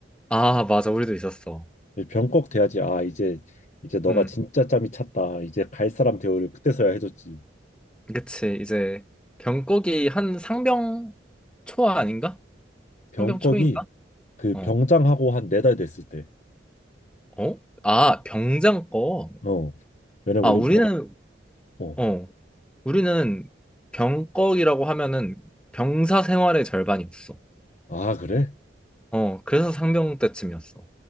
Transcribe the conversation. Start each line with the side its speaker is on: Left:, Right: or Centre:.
Centre: 아, 맞아. 우리도 있었어.
Left: 이 병꺽 돼야지. 아, 이제 이제 너가
Centre: 음.
Left: 진짜 짬이 찼다. 이제 갈 사람 대우를 그때서야 해줬지.
Centre: 그치. 이제 병꺽이 한 상병 초 아닌가?
Left: 병꺽이
Centre: 상병 초인가?
Left: 그
Centre: 어.
Left: 병장하고 한 네 달 됐을 때.
Centre: 어? 아, 병장 거.
Left: 어. 왜냐면
Centre: 아,
Left: 우린
Centre: 우리는,
Left: 병. 어.
Centre: 어, 우리는 병꺽이라고 하면은 병사 생활의 절반이었어.
Left: 아, 그래?
Centre: 어, 그래서 상병 때쯤이었어.